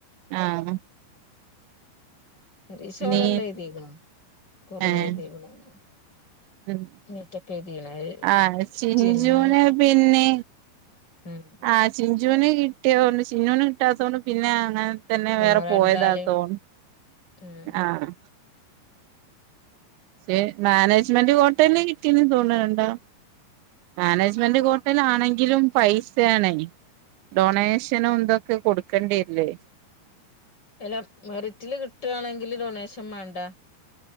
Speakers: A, on the right; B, on the left.
A: ആഹ്
B: പരീക്ഷ ഓള്
A: നീ
B: എല്ലാം എഴ്‌തീക്ക്‌ണ് കൊറേ
A: ഏഹ്
B: എഴ്തീക്ക്ണ്
A: ഉം
B: നീറ്റൊക്കെ എഴുതീയ്ണ് അവ്
A: ആഹ് ചിഞ്ചുന്
B: ചിന്നു
A: പിന്നെ
B: <unintelligible>
A: ആഹ് ചിഞ്ചൂന് കിട്ടിയതോണ്ട് ചിന്നൂന് കിട്ടാത്തത്കൊണ്ട് പിന്നെ അങ്ങ തന്നെ വേറെ
B: ആ രണ്ടാളീം
A: പോയതാത്തോ
B: ഉം
A: ആഹ് ഏഹ് മാനേജ്മെന്റ് കോട്ടേന്ന് കിട്ടീന്ന് തോൺണ് ണ്ടോ മാനേജ്മെന്റ് കോട്ടൽ ആണെങ്കിലും പൈസയാണേ ഡൊണേഷനും ഇതൊക്കെ കൊടുക്കേണ്ടി വരില്ലേ
B: അല്ല മെറിറ്റില് കിട്ടാണെങ്കില് ഡൊണേഷൻ വേണ്ട